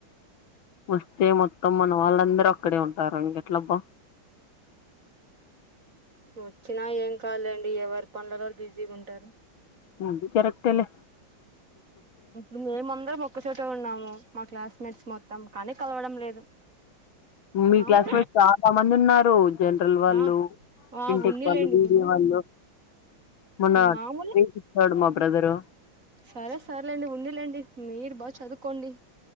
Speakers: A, on the left; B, on the right.
A: వస్తే మొత్తం మన వాళ్ళందరూ అక్కడే ఉంటారు. ఎట్లా అబా
B: వచ్చినా ఏం కాదు లేండి ఎవరి పనులలో వాళ్ళు బిజీగా ఉంటారు
A: అది కరెక్ట్ ఏలె
B: ఉ మేమందర మొక్కచోటే ఉన్నాము మా క్లాస్ మేట్స్ మొత్తం కానీ కలవడం లేదు
A: మీ
B: మామూలే
A: క్లాస్మేట్ చాలా మంది ఉన్నారు జనరల్ వాళ్ళు
B: ఆ ఆ
A: ఇంటెక్
B: ఉన్నిలేండి
A: వాళ్ళు మీడియ
B: ఉన్నిలేండి
A: వాళ్ళు మొన్న
B: మామూలే
A: ట్రీట్ ఇచ్చాడు మా బ్రదరు
B: సరే సరలేండి ఉండండి మీరు బాగా చదువుకోండి.